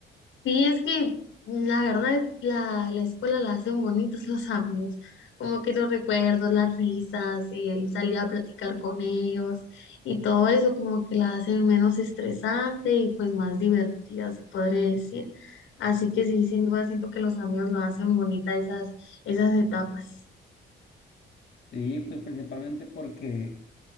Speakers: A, on the left; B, on the left.
A: Sí, es que la verdad la, la escuela la hacen bonitos los amigos, como que los recuerdos, las risas, el salir a platicar con ellos y todo eso como que la hacen menos estresante y pues más divertida, se podría decir. Así que sí, sin duda siento que los amigos lo hacen bonita esas, esas etapas.
B: Sí, pues principalmente porque,